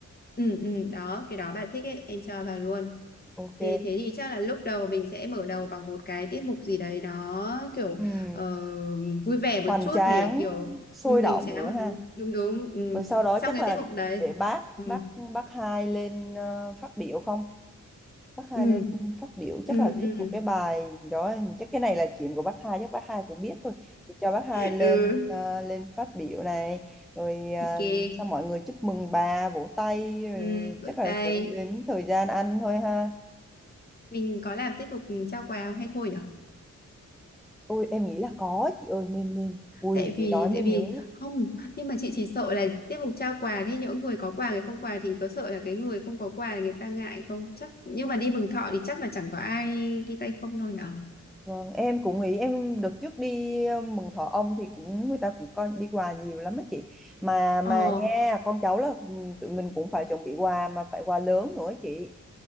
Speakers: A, on the left (about 30°); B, in the centre.
A: Ừ ừ đó, cái đó bà thích ấy, em cho vào luôn.
B: Ok.
A: Thế, thế thì chắc là lúc đầu mình sẽ mở đầu bằng một cái tiết mục gì đấy đó kiểu
B: Ừm,
A: ờ, vui vẻ một
B: hoành
A: chút
B: tráng,
A: để kiểu
B: sôi
A: ừ, hoành
B: động
A: tráng
B: nữa
A: mà.
B: ha.
A: Ừ, đúng đúng ừ.
B: Rồi sau đó
A: Xong
B: chắc
A: cái
B: là
A: tiết mục đấy
B: để bác
A: ừ.
B: bác bác hai lên ờ, phát biểu không? bác Hai
A: Ừ.
B: lên phát biểu
A: Ừ.
B: chắc là viết
A: Ừ.
B: một cái bài gì đó chắc cái này là chuyện của bác Hai chắc bác Hai cũng biết thôi thì cho bác Hai
A: <laughs>
B: lên
A: ừ
B: ờ, lên phát biểu này rồi
A: ok
B: uh, xong mọi người chúc mừng bà vỗ tay rồi
A: ừ. vỗ
B: chắc là
A: tay
B: cũng đến thời gian ăn thôi ha
A: mình có làm tiết mục trao quà không hay thôi nhở
B: ôi em nghĩ là có chị ơi nên nên ui
A: tại
B: chị
A: vì
B: nói mới
A: tại
B: nhớ
A: vì không nhưng mà chị chỉ sợ là tiết mục trao quà thế những người có quà người không quà thì có sợ là cái người không có quà người ta ngại không chắc nhưng mà đi mừng thọ thì chắc là chẳng có ai đi tay không đâu nhở
B: vâng em cũng nghĩ em đợt trước đi ờ, mừng thọ ông thì cũng người ta cũng coi đi quà nhiều lắm á chị mà
A: Ờ,
B: mà nha con cháu là ừ, tụi mình cũng phải chuẩn bị quà mà phải quà lớn nữa chị